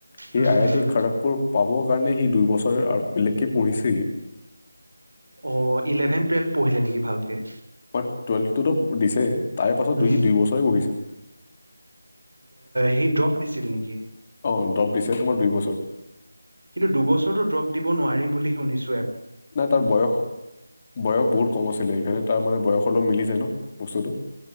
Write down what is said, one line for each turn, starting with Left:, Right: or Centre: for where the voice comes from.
Left: সি
Right: হুম হুম
Left: আই আই
Right: হুম
Left: টি <unintelligible> পাব কাৰণে সি দুই বছৰ বেলেগকে পঢ়িছে সি।
Right: অ' ইলেভেন-টুৱেলভ পঢ়িলে নেকি ভালকে?
Left: মই টুৱেলভটোতো দিছে তাৰে পাছত
Right: উম
Left: দুই সি দুই বছৰে বহিছে।
Right: সি ড্ৰ'প দিছিল নেকি?
Left: অ দ্ৰপ দিছে তোমাৰ দুই বছৰ
Right: কিন্তু দুবছৰতো ড্ৰপ দিব নোৱাৰি বুলি শুনিছো
Left: নাই তাৰ বয়স বয়স বহুত কম আছে সেকাৰণে তাৰ মানে বয়সৰ মিলি যায় ন বস্তুটো